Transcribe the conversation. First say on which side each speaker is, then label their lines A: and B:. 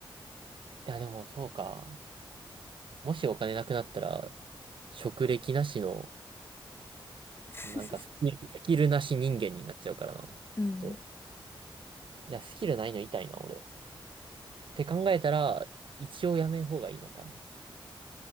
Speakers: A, on the right (about 65°); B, on the left (about 25°).
A: や、でもそうか。もしお金なくなったら、職歴なしの、
B: <laughs>
A: なんかスキル、スキルなし人間になっちゃうからな。ちょっと、
B: うん。
A: いや、スキルないの痛いな、俺。って考えたら、一応やめん方がいいのか。